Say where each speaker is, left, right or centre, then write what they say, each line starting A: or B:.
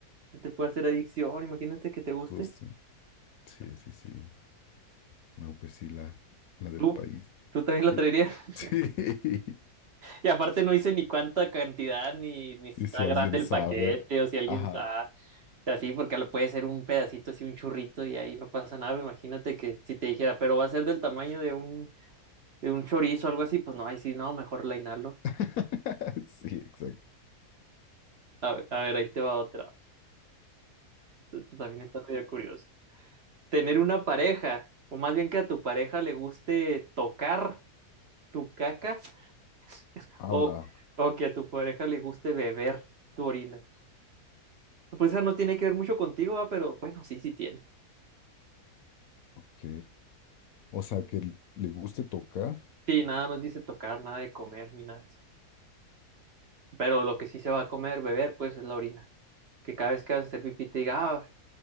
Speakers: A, on the right; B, on the left.
A: Se te puede hacer adicción, imagínate que te guste.
B: justo. Sí, sí, sí. No, pues sí, la, la del
A: Tú,
B: país.
A: tú también la
B: Y-
A: traerías.
B: <laughs>
A: <laughs>
B: Sí.
A: Y aparte no hice ni cuánta cantidad, ni, ni si
B: Y
A: está
B: si
A: grande
B: alguien
A: el
B: sabe,
A: paquete o si alguien
B: ajá.
A: sabe. Así, porque lo puede ser un pedacito así, un churrito y ahí no pasa nada. Imagínate que si te dijera, pero va a ser del tamaño de un, de un chorizo o algo así, pues no, ahí sí, no, mejor la inhalo.
B: <laughs> Sí, exacto.
A: A ver, a ver, ahí te va otra. Esto también está medio curioso. Tener una pareja, o más bien que a tu pareja le guste tocar tu caca, <laughs> o,
B: Ala,
A: o que a tu pareja le guste beber tu orina. Pues esa no tiene que ver mucho contigo, ¿va? Pero bueno, sí, sí tiene.
B: ok. O sea, que l- le guste tocar,
A: Sí, nada más dice tocar, nada de comer, ni nada de eso. Pero lo que sí se va a comer, beber, pues es la orina. Que cada vez que vas a hacer pipí te diga, ah,